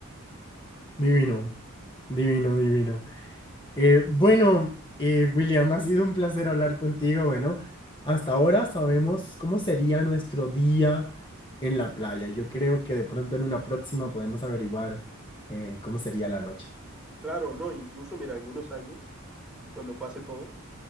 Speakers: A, on the left; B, in the centre.
A: Divino, divino, divino. Eh, bueno, eh, William, ha sido un placer hablar contigo. Bueno, hasta ahora sabemos cómo sería nuestro día en la playa. Yo creo que de pronto en una próxima podemos averiguar eh, cómo sería la noche.
B: Claro, no, incluso mira, en unos años, cuando pase todo,